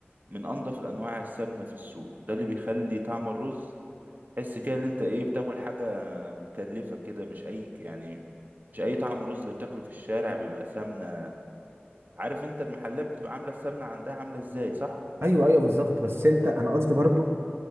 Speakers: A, on the right; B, on the right.
A: من انضف الانواع السمنة في السوق ده اللي بيخلي طعم الرز تحس كده ان انت ايه بتاكل حاجة متكلفة كده مش اي يعني مش اي طعم رز اللي بتاكله في الشارع بيبقى سمنة عارف انت المحلات بتبقى عاملة السمنة عندها عاملة ازاي صح
B: ايوه ايوه بالظبط بس انت انا قصدي برضو